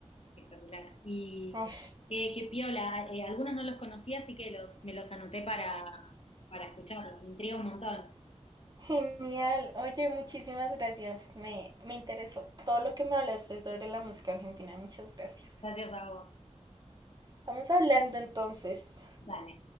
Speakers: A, on the left; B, on the right.
A: Espectacular. Y
B: Ay,
A: qué, qué piola. Eh, algunos no los conocía, así que los, me los anoté para, para escucharlos. Me intriga un montón.
B: genial. Oye, muchísimas gracias. Me, me interesó todo lo que me hablaste sobre la música argentina. Muchas gracias.
A: Gracias a vos.
B: Estamos hablando entonces.
A: Dale.